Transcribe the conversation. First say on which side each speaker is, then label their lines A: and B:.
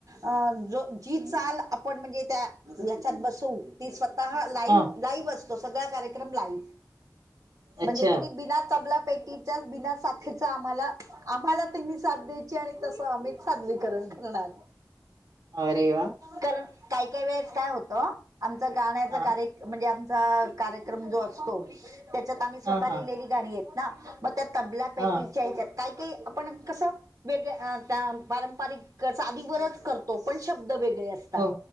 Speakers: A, on the right; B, on the right.
A: अं जो जी चाल आपण म्हणजे त्या ह्याच्यात बसवू ती स्वतः लाईव्ह
B: हां,
A: लाईव्ह असतो सगळा कार्यक्रम लाईव्ह. <inaudible>
B: अच्छा
A: म्हणजे कि ती बिना तबला, पेटी बिना साथीचा आम्हाला, आम्हाला त्यांनी साथ द्यायची आणि तस आम्हीच सादरीकरण करणार.
B: अरे वा.
A: कारण काही-काही वेळेस काय होतं आमच गाण्याच
B: हा
A: कार्यक्रम म्हणजे आ त्या कार्यक्रम जो असतो त्याच्यात आम्ही स्वतः
B: हा हा
A: लिहिलेली गाणी आहेत ना. मग त्या तबला पेटच्या
B: हा
A: याच्यात काही-काही आपण कसं वेगळ त्या पारंपरिक चालीवरच करतो पण शब्द वेगळे असत तात
B: हो